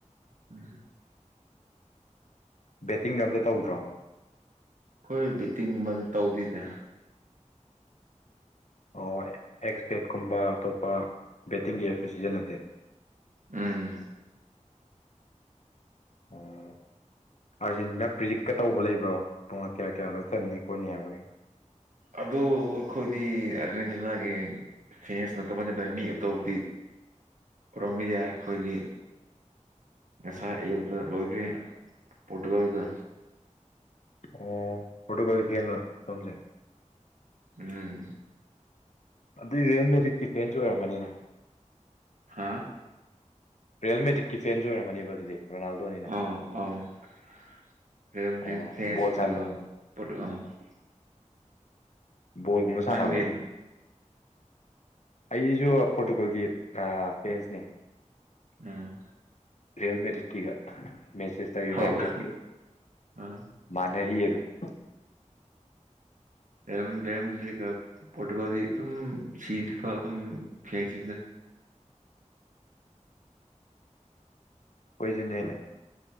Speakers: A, on the right; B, on the left.
A: ꯎꯝ
B: ꯕꯦꯠꯇꯤꯡ ꯑꯝꯇ ꯇꯧꯗ꯭ꯔꯣ
A: ꯈꯣꯏ ꯕꯤꯇꯤꯡꯕ ꯇꯧꯗꯦꯗ
B: ꯑꯣ ꯑꯦꯛꯁ ꯄꯦꯠꯀꯨꯝꯕ ꯑꯇꯣꯞꯄ ꯕꯦꯠꯇꯤꯡꯒꯤ ꯑꯦꯞꯁꯨ ꯁꯤꯖꯤꯟꯅꯗꯦ
A: ꯎꯝ
B: ꯑꯣ ꯑꯥꯔꯖꯦꯟꯇꯤꯅꯥ ꯄ꯭ꯔꯤꯛꯀ ꯇꯧꯕ ꯂꯩꯕ꯭ꯔꯣ ꯄꯨꯡ ꯀꯌꯥ ꯀꯌꯥꯗ ꯆꯟꯅꯤ ꯈꯣꯠꯅꯤ ꯍꯥꯏꯕꯒꯤ
A: ꯑꯗꯨ ꯑꯈꯣꯏꯗꯤ ꯑꯔꯖꯦꯟꯇꯤꯅꯥꯒꯤ ꯐꯦꯟꯁ ꯅꯠꯇꯕꯅꯤꯅ ꯃꯤ ꯑꯇꯣꯞꯄꯗꯤ ꯄꯨꯔꯝꯕ ꯌꯥꯏ ꯈꯣꯏꯗꯤ ꯉꯁꯥꯏ ꯑꯌꯨꯛꯇ ꯂꯣꯏꯈ꯭ꯔꯦ ꯄꯣꯔꯇꯨꯒꯜꯗ
B: ꯑꯣ ꯐꯣꯇꯣꯀꯥꯜ ꯐꯦꯟꯂ ꯁꯣꯝꯁꯦ
A: ꯎꯝ
B: ꯑꯗꯨꯗꯤ ꯔꯤꯌꯦꯜ ꯃꯦꯗꯔꯦꯛꯒꯤ ꯐꯦꯟꯁꯨ ꯑꯣꯏꯔꯝꯃꯅꯤꯅꯦ
A: ꯍꯥꯥ
B: ꯔꯤꯌꯦꯜ ꯃꯦꯗꯔꯤꯛꯀꯤ ꯐꯦꯟꯁꯨ ꯑꯣꯏꯔꯃꯅꯦꯕ ꯑꯗꯨꯗꯤ ꯔꯣꯅꯥꯜꯗꯣꯅꯤꯅ
A: ꯑ ꯑꯦ ꯑ
B: ꯑꯣ
A: <unintelligible>
B: ꯕꯣꯜ ꯁꯥꯟꯅ
A: <unintelligible>
B: ꯕꯣꯜꯒꯨꯝꯕ ꯁꯥꯟꯅꯕ꯭ꯔꯣ
A: ꯅꯪꯗꯤ
B: ꯑꯩꯁꯨ ꯄꯣꯔꯇꯨꯒꯜꯒꯤ ꯐꯦꯟꯁꯅꯤ
A: ꯎꯝ
B: ꯔꯤꯌꯦꯜ ꯃꯦꯗꯔꯤꯛꯀꯤꯒ ꯃꯦꯟꯁꯦꯁꯇꯔ ꯌꯨꯅꯥꯏꯇꯦꯠꯀꯤ
A: ꯍꯣꯏ ꯑꯥ
B: ꯃꯥꯟꯅꯔꯤꯌꯦ ꯑꯗꯨꯝ <inaudible>
A: ꯔꯦꯟꯃꯦ ꯔꯦꯟꯃꯦ ꯄꯣꯇꯣꯀꯣꯜꯗꯤ ꯑꯗꯨꯝ ꯁꯤꯔꯤ ꯊ <unintelligible> ꯑꯗꯨꯝ ꯐ꯭ꯂꯁꯤꯗ
B: ꯈꯣꯏꯁꯨꯅꯦꯅꯦ